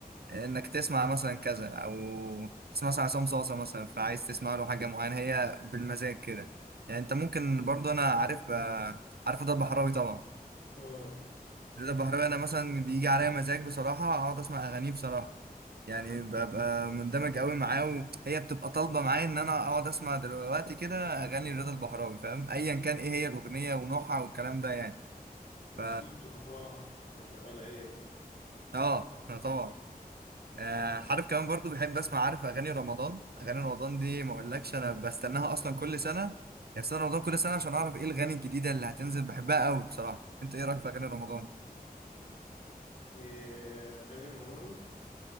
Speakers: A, on the right (about 80°); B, on the left (about 65°).
A: انك تسمع مثلا كذا او تسمع مثلا عصام صاصا مثلا فعايز تسمع له حاجه معينه هي بالمزاج كده يعني انت ممكن برضه انا عارف آه، عارف ضرب حرامي طبعا
B: اه
A: رضا البحراوي انا مثلا بيجي عليا مزاج بصراحه اقعد اسمع اغانيه بصراحه يعني ببقى مندمج قوي معاه وهي بتبقى طالبه معايا ان انا اقعد اسمع دلوقتي كده اغاني رضا البحراوي فاهم ايا كان ايه هي الاغنيه ونوعها والكلام ده يعني
B: وخصوصا
A: ف
B: في الأفراح بتبقى شغالة إيه؟
A: اه أنا طبعا آه، عارف كمان برضو بحب اسمع عارف اغاني رمضان اغاني رمضان دي ما اقولكش انا بستناها اصلا كل سنه يعني سنه رمضان كل سنه عشان اعرف ايه الغاني الجديده اللي هتنزل بحبها قوي بصراحه انت ايه رايك في اغاني رمضان
B: إيه أغاني رمضان؟